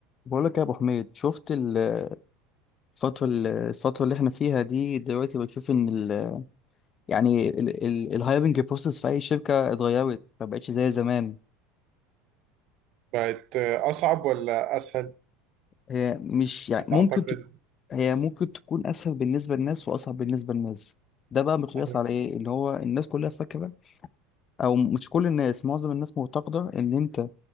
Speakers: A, on the left (about 40°); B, on the right (about 55°).
A: بقول لك يا ابو حميد شفت ال- الفتره ال- الفتره اللي احنا فيها دي دلوقتي بشوف ان ال يعني الهايرنج بروسيس في اي شركه اتغيرت ما بقتش زي زمان
B: بقت أصعب ولا أسهل
A: هي مش يعني
B: بتعتقد؟
A: ممكن تك- هي ممكن تكون اسهل بالنسبه للناس واصعب بالنسبه للناس ده بقى مقياس
B: أنا-
A: على ايه اللي هو الناس كلها فاكره او مش كل الناس معظم الناس معتقده ان انت